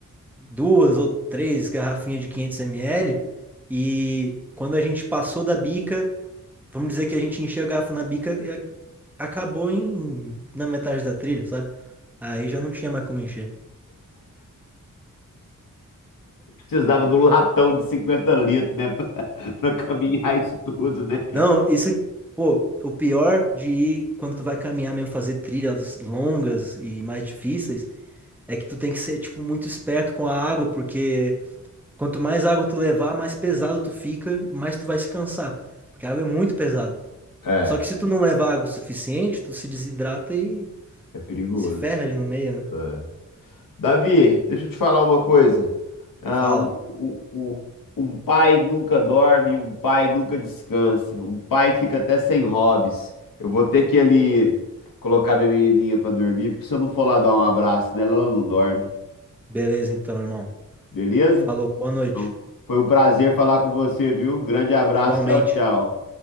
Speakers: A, in the centre; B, on the left.
A: duas ou três garrafinhas de 500ml. E quando a gente passou da bica, vamos dizer que a gente encheu a garrafa na bica e a- acabou em, na metade da trilha, sabe? Aí já não tinha mais como encher.
B: Precisava de um latão de 50 litros, né? <laughs> para caminhar isso tudo, né?
A: Não, isso, pô, o pior de ir quando tu vai caminhar mesmo, fazer trilhas longas e mais difíceis, é que tu tem que ser, tipo, muito esperto com a água, porque quanto mais água tu levar, mais pesado tu fica, mais tu vai se cansar, porque a água é muito pesada.
B: É,
A: Só que se tu não levar água o suficiente, tu se desidrata e
B: é perigoso.
A: se ferra ali no meio, né?
B: É. Davi, deixa eu te falar uma coisa. Ah,
A: Fala.
B: um, um- um- um pai nunca dorme, um pai nunca descansa, um pai fica até sem hobbies. Eu vou ter que ali colocar minha menininha para dormir, porque se eu não for lá dar um abraço nela, ela não dorme.
A: Beleza, então, irmão.
B: Beleza?
A: Falou, boa noite.
B: Então, foi um prazer falar com você, viu? Grande abraço,
A: Igualmente.
B: tchau, tchau.